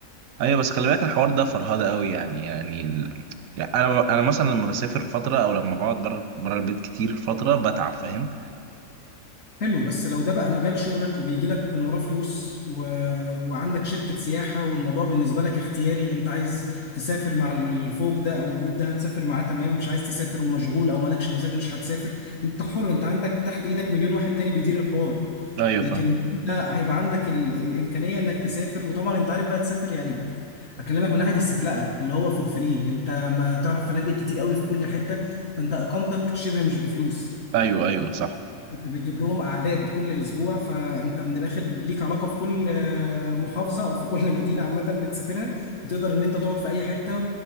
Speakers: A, on the right (about 85°); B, on the left (about 55°).
A: ايوه بس خلي بالك الحوار ده فرهده قوي يعني يعني ال... يعني انا انا مثلا لما بسافر فتره او لما بقعد بره بره البيت كتير فتره بتعب فاهم
B: حلو بس لو ده بقى مجال شغلك وبيجي لك من وراه فلوس و... وعندك شركة سياحة والموضوع بالنسبة لك اختياري انت عايز تسافر مع الفوج ده او الجروب ده هتسافر معاه تمام مش عايز تسافر ومشغول او مالكش مزاج مش هتسافر انت حر انت عندك تحت ايدك مليون واحد تاني بيدير الحوار
A: ايوه
B: لكن
A: فاهمك
B: انت هيبقى عندك ال... الامكانية انك تسافر وطبعا انت عارف بقى تسافر يعني اكلمك من ناحية السفلقة اللي هو فور فري انت ما تعرف فنادق كتير قوي في كل حتة فانت اقامتك شبه مش بفلوس
A: ايوه ايوه صح
B: انت بتجيب لهم اعداد كل اسبوع فانت من الاخر ليك علاقه في كل آه، محافظه او في كل <laughs> مدينه عامه بتسافرها وتقدر ان انت تقعد في اي حته